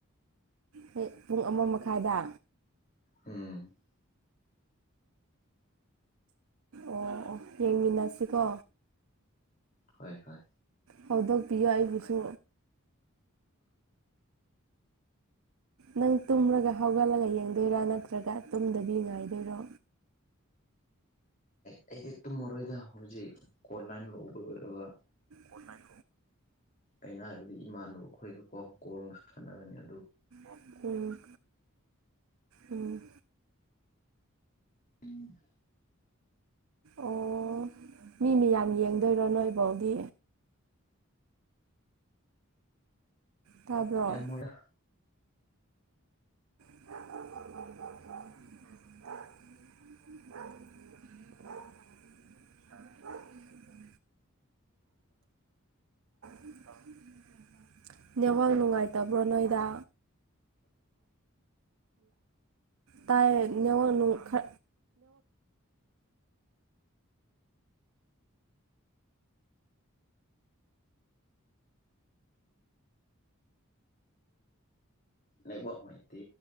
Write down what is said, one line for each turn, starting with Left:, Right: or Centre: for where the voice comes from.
Right: ꯍꯣꯏ ꯄꯨꯡ ꯑꯃ ꯃꯈꯥꯏꯗ
Left: ꯎꯝ
Right: ꯑꯣ ꯑꯣ ꯌꯦꯡꯃꯤꯟꯅꯁꯤꯀꯣ
Left: ꯍꯣꯏ ꯍꯣꯏ
Right: ꯍꯧꯗꯣꯛꯄꯤꯌꯨ ꯑꯩꯕꯨꯁꯨ ꯅꯪ ꯇꯨꯝꯂꯒ ꯍꯧꯒꯠꯂꯒ ꯌꯦꯡꯗꯣꯏꯔꯥ ꯅꯠꯇ꯭ꯔꯒ ꯇꯨꯝꯗꯕꯤ ꯉꯥꯏꯗꯣꯏꯔꯣ
Left: ꯑꯩꯗꯤ ꯇꯨꯝꯃꯔꯣꯏꯗ ꯍꯧꯖꯤꯛ ꯑꯣꯟꯂꯥꯏꯟ ꯂꯧꯕ ꯂꯣꯏꯔꯒ
Right: ꯑꯣꯟꯂꯥꯏꯟ
Left: ꯑꯩꯅ ꯍꯥꯏꯕꯗꯤ ꯏꯃꯥꯟꯅꯕ ꯑꯩꯈꯣꯏꯒꯀꯣ ꯀꯣꯂꯣꯡ ꯁꯥꯟꯅꯒꯅꯤ ꯑꯗꯨ
Right: ꯎꯝ ꯎꯝ
Left: ꯎꯝ
Right: ꯑꯣ ꯃꯤ ꯃꯌꯥꯝ ꯌꯦꯡꯗꯣꯏꯔꯣ ꯅꯣꯏꯕꯧꯗꯤ꯫ ꯇꯥꯕ꯭ꯔꯣ
Left: ꯌꯥꯝ ꯃꯣꯏꯅ
Right: <inaudible> <inaudible> <inaudible> ꯅꯦꯠꯋꯥꯛ ꯅꯨꯡꯉꯥꯏꯇꯕ꯭ꯔꯣ ꯅꯣꯏꯗꯥ ꯇꯥꯏ ꯅꯦꯠꯋꯔꯛ ꯅꯨꯡ ꯈ
Left: ꯅꯦꯠꯋꯔꯛ ꯅꯨꯡꯉꯥꯏꯇꯦ꯫